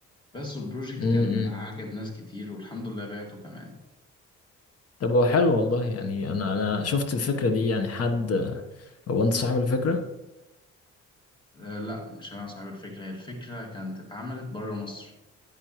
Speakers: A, on the left; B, on the left.
A: بس البروجكت
B: امم
A: كان عجب ناس كتير والحمد لله بعته كمان
B: طب هو حلو والله يعني انا انا شفت الفكره دي يعني حد هو انت صاحب الفكره
A: آه، لا مش انا صاحب الفكرة هي الفكرة كانت اتعملت بره مصر